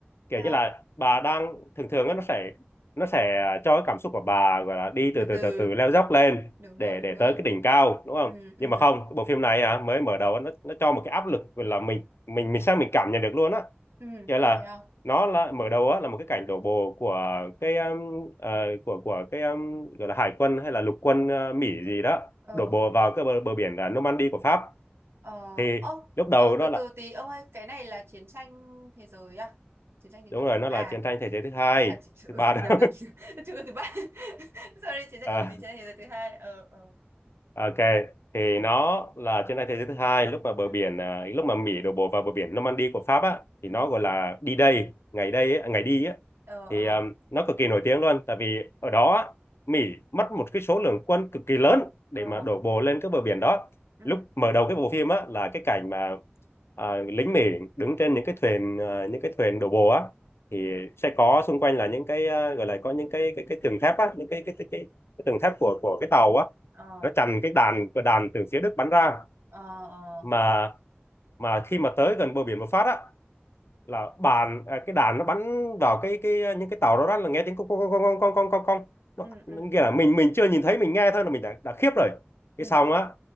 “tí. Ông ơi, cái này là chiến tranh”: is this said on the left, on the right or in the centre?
Right